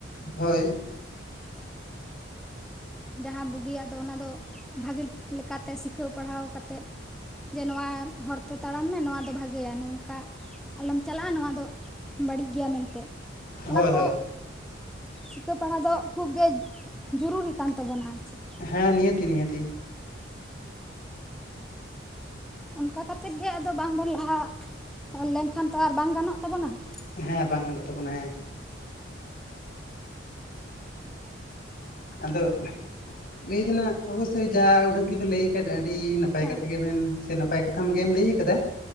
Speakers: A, on the left (about 50°); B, in the centre.
A: ᱦᱳᱭ
B: ᱡᱟᱦᱟᱸ ᱵᱩᱜᱤᱭᱟᱜ ᱫᱚ ᱚᱱᱟ ᱫᱚ ᱵᱷᱟᱹᱜᱤ ᱞᱮᱠᱟᱛᱮ ᱥᱤᱠᱷᱟᱹᱣ ᱯᱟᱲᱦᱟᱣ ᱠᱟᱛᱮᱫ ᱡᱮ ᱱᱚᱣᱟ ᱦᱚᱨ ᱛᱮ ᱛᱟᱲᱟᱢ ᱢᱮ ᱱᱚᱣᱟ ᱫᱚ ᱵᱷᱟᱜᱮᱭᱟ ᱱᱚᱝᱠᱟ ᱟᱞᱚᱢ ᱪᱟᱞᱟᱜᱼᱟ ᱱᱚᱣᱟ ᱫᱚ ᱵᱟᱹᱲᱤᱡ ᱜᱮᱭᱟ ᱢᱮᱱᱛᱮ ᱚᱱᱟ
A: ᱦᱳᱭ
B: ᱠᱚ
A: ᱦᱳᱭ
B: ᱥᱤᱠᱟᱹ ᱯᱟᱲᱦᱟᱣ ᱫᱚ ᱠᱷᱩᱵᱽ ᱜᱮ ᱡᱩᱨᱩᱨᱤ ᱠᱟᱱ ᱛᱟᱵᱚᱱᱟ ᱟᱨ ᱪᱮᱫ
A: ᱦᱮᱸ, ᱱᱤᱦᱟᱹᱛᱤ ᱱᱤᱦᱟᱹᱛᱤ,
B: ᱚᱱᱠᱟ ᱠᱟᱛᱮᱫ ᱜᱮ ᱟᱫᱚ ᱵᱟᱝᱵᱚᱱ ᱞᱟᱦᱟ ᱞᱮᱱᱠᱷᱟᱱ ᱛᱚ ᱟᱨ ᱵᱟᱝ ᱜᱟᱱᱚᱜ ᱛᱟᱵᱚᱱᱟ ᱾
A: ᱦᱮᱸ ᱵᱟᱝ ᱜᱟᱱᱚᱜ ᱛᱟᱵᱚᱱᱟ ᱦᱮᱸ, ᱟᱫᱚ ᱞᱟᱹᱭ ᱫᱚᱱᱟᱜ ᱚᱵᱚᱥᱳᱭ ᱡᱟ ᱩᱰᱟᱹᱝ ᱜᱮᱯᱮ ᱞᱟᱹᱭ ᱠᱷᱟᱱ ᱟᱹᱰᱤ ᱱᱟᱯᱟᱭ
B: ᱦᱮᱸ
A: ᱠᱟᱛᱷᱟ ᱜᱮᱵᱮᱱ ᱥᱮ ᱱᱟᱯᱟᱭ ᱠᱟᱛᱷᱟᱢ ᱜᱮᱢ ᱞᱟᱹᱭ ᱠᱟᱫᱟ ᱾